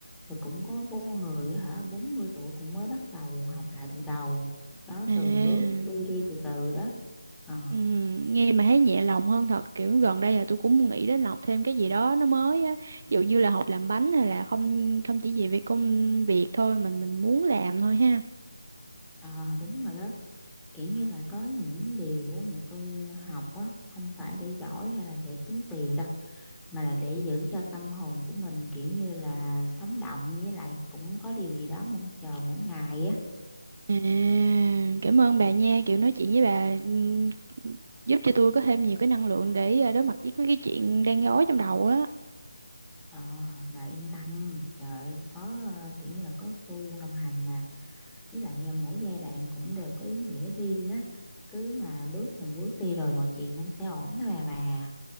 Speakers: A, in the centre; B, on the right (about 40°).
A: rồi cũng có bố người á hả 40 tuổi cũng mới bắt đầu học lại từ đầu đó
B: À,
A: từng bước đi đi từ từ đó ờ
B: ừ, nghe mà thấy nhẹ lòng hơn thật kiểu gần đây là tôi cũng nghĩ đến học thêm cái gì đó nó mới á ví dụ như là học làm bánh hay là không không chỉ về việc công việc thôi mình mình muốn làm thôi ha
A: ờ, đúng rồi đó kiểu như là có những điều á, mà tôi học á không phải để giỏi hay là để kiếm tiền đâu mà là để giữ cho tâm hồn của mình kiểu như là sống động với lại cũng có điều gì đó mong chờ mỗi ngày á
B: à, cảm ơn bà nha kiểu nói chuyện với bà ừm, giúp cho tôi có thêm nhiều cái năng lượng để ờ, đối mặt với mấy cái chuyện đang rối trong đầu á
A: Ờ, bà yên tâm, trời có ờ, kiểu như là có tôi luôn đồng hành mà với lại ờ, mỗi giai đoạn cũng đều có ý nghĩa riêng á cứ mà bước từng bước đi rồi mọi chuyện cũng sẽ ổn thôi à bà